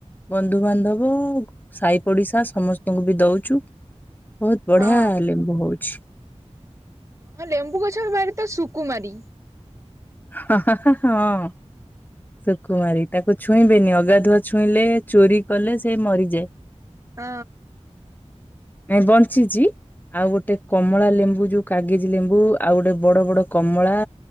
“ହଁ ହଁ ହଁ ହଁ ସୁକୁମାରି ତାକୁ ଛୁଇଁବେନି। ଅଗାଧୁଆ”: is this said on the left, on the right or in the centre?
Left